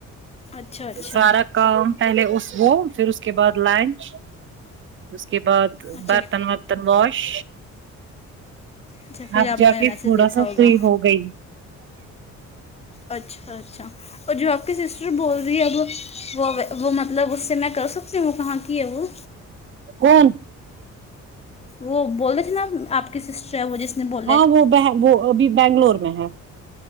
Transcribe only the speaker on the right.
سارا کام پہلے اس وہ پھر اس کے بعد لنچ اس کے بعد
برتن ورتن واش
اب
جا
کے
تھوڑا
سا
فری ہو گئی
کون
ہاں وہ وہ ابھی بنگلور میں ہے